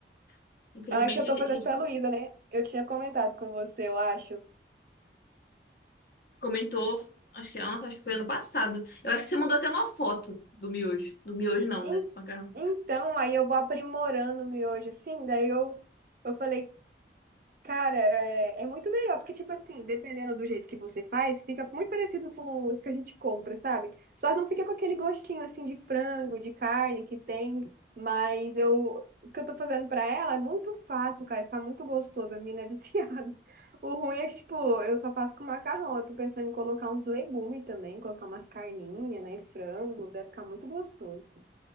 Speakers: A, on the left; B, on the right.
A: <laughs> infelizmente
B: Ah, que eu tô
A: a gente
B: fazendo pra Luísa, né? Eu tinha comentado com você, eu acho.
A: comentou, acho que, nossa, acho que foi ano passado. Eu acho que você mandou até uma foto do miojo. Do miojo não,
B: En-
A: né? Do macarrão.
B: Então, aí eu vou aprimorando o miojo, assim. Daí eu, eu falei Cara, é, é muito melhor, porque, tipo assim, dependendo do jeito que você faz, fica muito parecido com os que a gente compra, sabe? Só não fica com aquele gostinho, assim, de frango, de carne que tem, mas eu, o que eu tô fazendo pra ela é muito fácil, cara, fica muito gostoso, a menina é <laughs> viciada. O ruim é que, tipo, eu só faço com macarrão, eu tô pensando em colocar uns legumes também, colocar umas carninhas, né, frango, deve ficar muito gostoso.